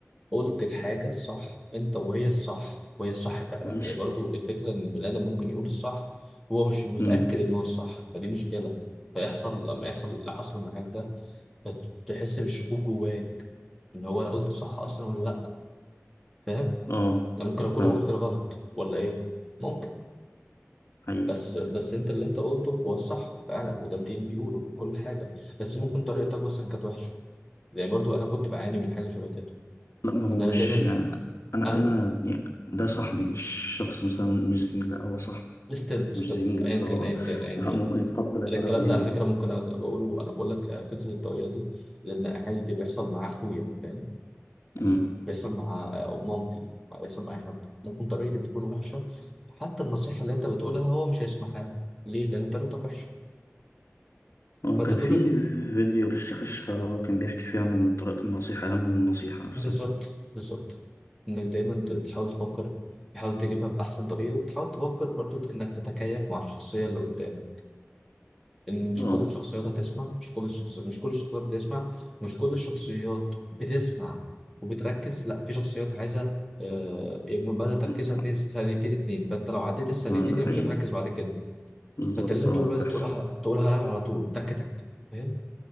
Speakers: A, in the centre; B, on the left.
A: قلت الحاجه الصح انت وهي الصح وهي الصح فعلا
B: ماشي
A: يعني برضو الفكره ان البني ادم ممكن يقول الصح هو مش متاكد
B: امم
A: ان هو الصح فدي مشكله فيحصل لما يحصل اللي حصل معاك ده تحس بالشكوك جواك ان هو انا قلت الصح اصلا ولا لا فاهم
B: اه
A: انا ممكن اكون
B: فاهم
A: قلت الغلط ولا ايه ممكن
B: حقيقي
A: بس بس انت اللي انت قلته هو الصح فعلا وده الدين بيقوله وكل حاجه بس ممكن طريقتك بس كانت وحشه يعني برضو انا كنت بعاني من حاجه شبه كده
B: لا ما هو
A: ان
B: مش
A: انا دايما
B: يعني انا
A: انا
B: انا يعني ده صاحبي مش شخص مثلا مش زميل لا هو صاحبي
A: ستيل
B: مش
A: ستيل
B: زميلي
A: ايا
B: فهو
A: كان ايا كان ايا
B: ممكن
A: كان
B: يتقبل الآراء
A: انا الكلام
B: ليه
A: ده على فكره ممكن أبقى بقوله انا بقول لك آه، فكره الطريقه دي لان عادي بيحصل مع اخويا فاهم
B: امم
A: بيحصل مع آه، مامتي بيحصل مع اي حد ممكن طريقتي بتكون وحشه حتى النصيحه اللي انت بتقولها هو مش هيسمعها لك. ليه لان طريقتك وحشه
B: هو
A: فانت
B: كان
A: طول
B: في فيديو للشيخ الشعراوي كان بيحكي فيه عن ان طريقة النصيحة اهم من النصيحة نفسها
A: بالظبط بالظبط انك دايما ت- تحاول تفكر تحاول تجيبها باحسن طريقه وتحاول تفكر برضو انك تتكيف مع الشخصيه اللي قدامك ان مش
B: اه
A: كل الشخصيات هتسمع مش كل الشخص مش كل الشخصيات بتسمع مش كل الشخصيات بتسمع وبتركز لا في شخصيات عايزه آه، مدى تركيزها
B: <laughs>
A: اتنين ثانيتين اتنين فانت لو عديت الثانيتين
B: اه ده
A: هي
B: حقيقي
A: مش هتركز بعد كده
B: بالظبط
A: فانت لازم
B: اه
A: طول الوقت
B: بتحصل
A: تقولها على- تقولها على على طول تك تك فاهم